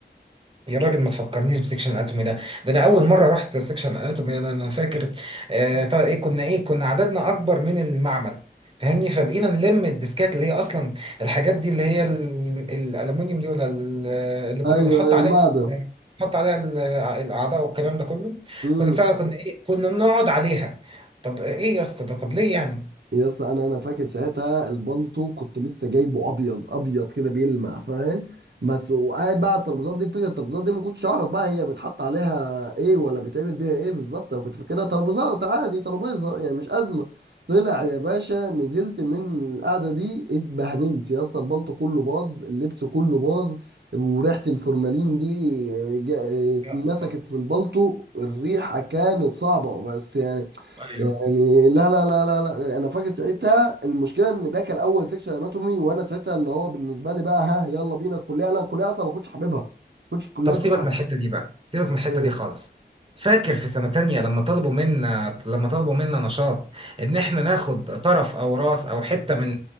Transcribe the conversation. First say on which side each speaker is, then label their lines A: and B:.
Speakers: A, on the right (about 30°); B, on the right (about 70°).
A: يا راجل ما تفكرنيش بسكشن الاناتومي ده ده انا اول مره رحت سكشن الاناتومي انا انا فاكر آه بتاع ايه كنا ايه كنا عددنا اكبر من المعمل فاهمني فبقينا نلم الديسكات اللي هي اصلا الحاجات دي اللي هي ال- الالومنيوم دي ولا ال- اللي كنا
B: ايوه
A: بنحط
B: أيوة،
A: عليها
B: المعدن
A: نحط عليها ال- الاعضاء والكلام ده كله
B: امم
A: كنا بتاع كنا ايه كنا بنقعد عليها طب ايه يا اسطى ده طب ليه يعني
B: يا اسطى انا انا فاكر ساعتها البلطو كنت لسه جايبه ابيض ابيض كده بيلمع فاهم بس وقاعد بقى على الترابيزات دي فكره الترابيزات دي ما كنتش اعرف بقى هي بيتحط عليها ايه ولا بيتعمل بيها ايه بالظبط انا كنت فاكرها ترابيزات عادي ترابيزه يعني مش ازمه طلع يا باشا نزلت من القعده دي اتبهدلت يا اسطى البلطو كله باظ اللبس كله باظ وريحه الفورمالين دي آه، جا-
A: يا
B: مسكت
A: الله
B: في البلطو الريحه كانت صعبه بس يعني
A: ايوه
B: يعني لا لا لا لا لا انا فاكر ساعتها المشكله ان ده كان اول سيكشن اناتومي وانا ساعتها اللي هو بالنسبه لي بقى ها يلا بينا الكليه انا الكليه اصلا ما كنتش حاببها ما كنتش الكليه
A: طب سيبك
B: كنت حابب
A: من الحتة دي بقى سيبك من الحتة
B: إيه.
A: دي خالص فاكر في سنة تانية لما طلبوا منا لما طلبوا منا نشاط ان احنا ناخد طرف او راس او حتة من